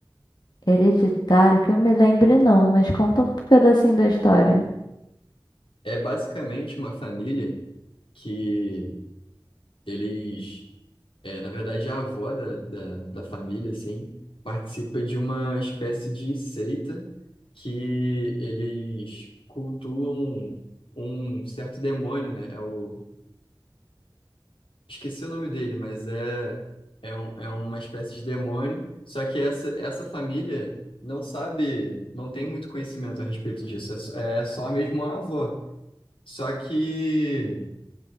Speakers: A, on the left; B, on the left.
A: Hereditário, que eu me lembre não, mas conta um pedacinho da história.
B: É basicamente uma família que eles É, na verdade, a avó da, da, da família, assim, participa de uma espécie de seita que eles cultuam um certo demônio, né? É o... Esqueci o nome dele, mas é, é, um, é uma espécie de demônio. Só que essa, essa família não sabe, não tem muito conhecimento a respeito disso. É só, é só mesmo a avó. Só que